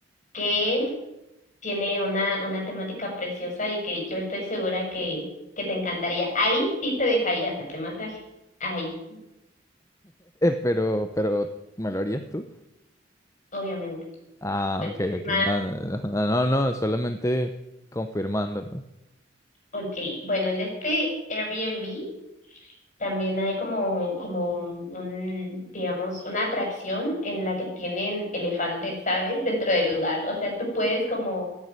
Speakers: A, on the left; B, on the left.
A: que tiene una, una temática preciosa y que yo estoy segura que, que te encantaría. Ahí sí te dejaría hacerte masaje. Ahí,
B: Pero, pero, ¿me lo harías tú?
A: obviamente.
B: Ah,
A: Pero
B: ok,
A: es
B: ok.
A: más,
B: No, no, no, no, no, no, solamente confirmando, ¿no?
A: ok. Bueno, en este Airbnb. También hay como, como un, digamos, una atracción en la que tienen elefantes, ¿sabes? Dentro del lugar. O sea, tú puedes como